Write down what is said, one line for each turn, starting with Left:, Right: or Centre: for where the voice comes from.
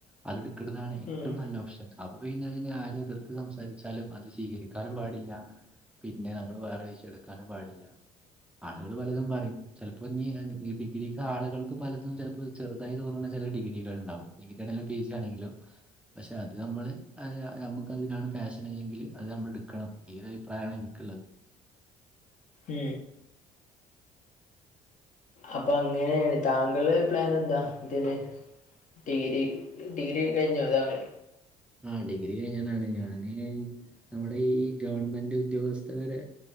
Centre: അതെടുക്കേണ്ടതാണ് ഏറ്റവും
Left: ഉം
Centre: നല്ല ഓപ്ഷൻ അപ്പൊ പിന്നെ അതിനെ ആരും എതിർത്ത് സംസാരിച്ചാലും അത് സ്വീകരി എടുക്കാനും പാടില്ല പിന്നെ നമ്മൾ വേറെ വിഷയെടുക്കാനും പാടില്ല ആളുകള് പലതും പറിം ചിലപ്പോ ഇഞ്ഞി ഡിഗ്രിക്ക് ആളുകൾക്ക് പലതും ചിലപ്പോ ചെറുതായി തോന്നണെ ചില ഡിഗ്രികൾ ണ്ടാവും ഡിഗ്രി ആണെങ്കിലും പി ജി ആണങ്കിലും പക്ഷെ അത് നമ്മൾ നമുക്ക് അതിലാണ് പാഷനല്ലെങ്കിൽ അത് നമ്മൾ എടുക്കണം ഈ അഭിപ്രായമാണ് എനിക്കുള്ളത്
Left: ഈ അപ്പൊ അങ്ങനേണ് താങ്കളെ പ്ലാൻ എന്താ ഇതില് ഡിഗ്രി ഡിഗ്രിയൊക്കെ കഴിഞ്ഞേ താങ്കെ
Centre: ആ ഡിഗ്രി കഴിഞ്ഞതാണ് ഞാന് നമ്മുടെ ഈ ഗവൺമെന്റ് ഉദ്യോഗസ്ഥരെ